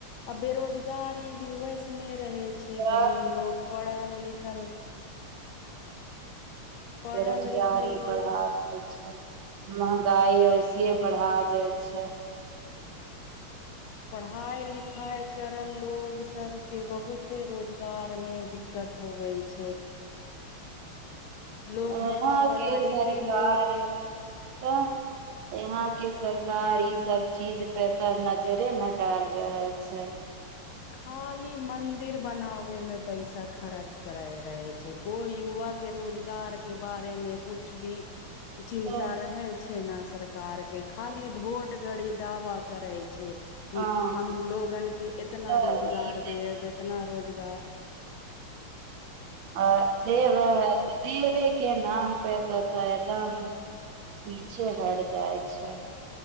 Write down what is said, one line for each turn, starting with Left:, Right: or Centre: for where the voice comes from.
Left: आ बेरोजगारी भी वैसने रहै
Right: <inaudible>
Left: छै बहिन लोग पढ़ल लिखल पढ़ल
Right: बेरोजगारी
Left: लिखल
Right: पर
Left: लोग
Right: हा अच्छ महँगाई ऐसे बढ़ा दे छै
Left: पढ़ाई लिखाई करल लोग सब के बहुते रोजगार में दिक कत होबई छै लोग
Right: अंह
Left: बड़ा बड़ा
Right: के सरकार
Left: डिग्री ले के
Right: त यहां के सरकार इ सब चीज पे ते नजरें न डाल रहल छै
Left: खाली मन्दर दिर बनावे में पैसा खर्च करे रहे छै कोई युवा के रोजगार के बारे मे कुछ भी चिन्ता
Right: तऽ
Left: रहै छै न सरकार के खाली भोट घड़ी दावा करै छै कि
Right: हँ
Left: हम लोगन के इतना
Right: तऽ
Left: रोजगार
Right: ई
Left: दे इतना रोजगार दर
Right: <inaudible> देवे के नाम पे तथ एदम पीछे हट जाय छै